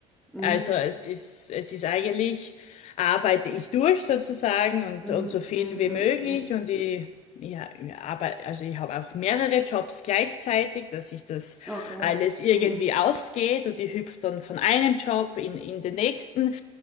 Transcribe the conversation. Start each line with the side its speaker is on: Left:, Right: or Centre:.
Centre: Mhm.
Left: Also es ist, es ist eigentlich, arbeite ich durch sozusagen und,
Centre: Mhm.
Left: und so viel
Centre: Mhm.
Left: wie
Centre: Mhm.
Left: möglich
Centre: Mhm.
Left: und ich, ja, aber, also ich habe auch mehrere Jobs gleichzeitig, dass sich das
Centre: Okay.
Left: alles irgendwie
Centre: Mhm.
Left: ausgeht und ich hüpfe dann von einem Job in, in den nächsten.